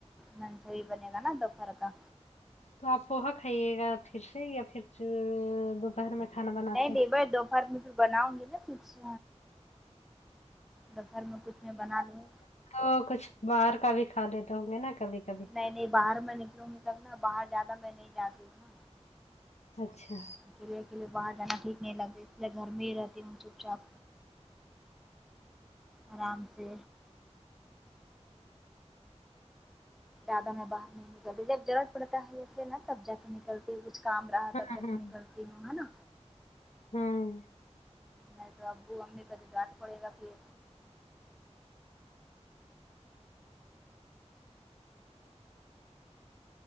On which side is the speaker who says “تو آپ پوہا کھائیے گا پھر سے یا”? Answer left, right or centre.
Left